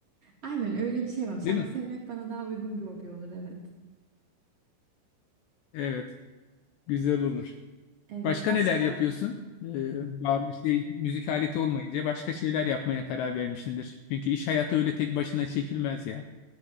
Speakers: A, on the right; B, on the left.
A: Aynen öyle bir şey var. Şarkı
B: Değil mi?
A: söylemek bana daha uygun bir hobi olur evet.
B: Evet. Güzel olur.
A: Evet
B: Başka
A: başka?
B: neler yapıyorsun? Ee, bağlı şey müzik aleti olmayınca başka şeyler yapmaya karar vermişsindir. Çünkü iş hayatı öyle tek başına çekilmez ya.